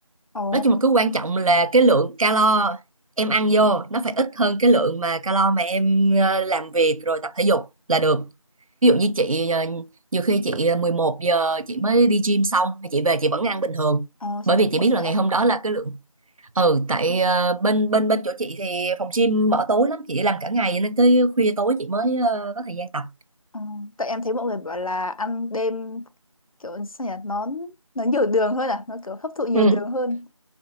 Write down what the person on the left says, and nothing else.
ồ
ồ
chị tập
cuộn
vậy
à?
Ờ, tại em thấy mọi người bảo là ăn đêm kiểu sao nhỉ nó nó nhiều đường hơn à nó kiểu hấp thụ nhiều
đường hơn